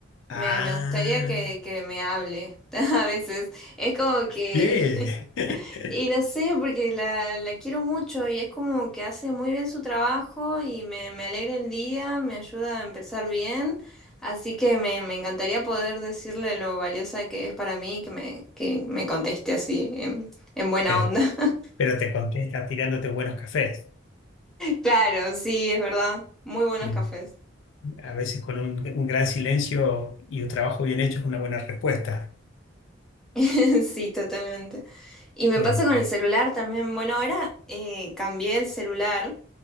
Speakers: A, in the centre; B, on the left.
A: Me,
B: Ah,
A: me gustaría que, que me hable <laughs> a veces. Es como que
B: ¿qué? <laughs>
A: Y no sé, porque la, la quiero mucho y es como que hace muy bien su trabajo y me, me alegra el día, me ayuda a empezar bien. Así que me, me encantaría poder decirle lo valiosa que es para mí y que me, que me conteste así, en, en buena
B: Pero,
A: onda. <laughs>
B: pero te contesta tirándote buenos cafés.
A: Claro, sí, es verdad. Muy buenos
B: El-
A: cafés.
B: A veces con un, un gran silencio y un trabajo bien hecho es una buena respuesta.
A: <laughs> Sí, totalmente. Y me
B: Eh,
A: pasa con el celular también. Bueno, ahora eh, cambié el celular.